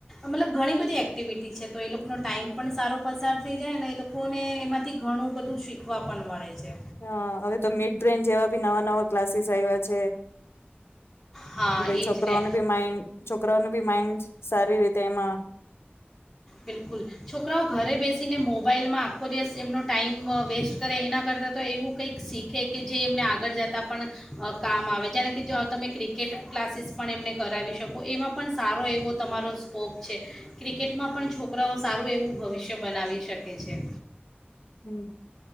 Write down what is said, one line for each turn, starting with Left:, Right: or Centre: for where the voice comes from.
Centre: મતલબ ઘણી બધી એક્ટિવિટી છે તો એ લોકોનો ટાઈમ પણ સારો પસાર થઈ જાય ને એ લોકોને એમાં થી ઘણું બધું શીખવા પણ મળે છે.
Left: હા હવે તો મિડબ્રેન જેવા બી નવા નવા ક્લાસીસ આઈવા છે.
Centre: હા
Left: કે ભાઈ
Centre: એ
Left: છોકરાઓનું
Centre: જ ને
Left: બી માઇન્ડ છોકરાઓનું બી માઇન્ડ સારી રીતે એમાં
Centre: બિલકુલ છોકરાઓ ઘરે બેસીને મોબાઈલમાં આખો દિવસ એમનો ટાઈઇમ વેસ્ટ કરે એના કરતાં તો એવું કંઈક શીખે કે જે એમને આગળ જતાં પણ કામ આવે. જાણે કે જ તમે ક્રિકેટ ક્લાસીસ પણ એમને કરાવી શકો એમાં પણ સારો એવો તમારો સ્કોપ છે. ક્રિકેટમાં પણ છોકરાઓ સારું એવું ભવિષ્ય બનાવી શકે છે.
Left: હમ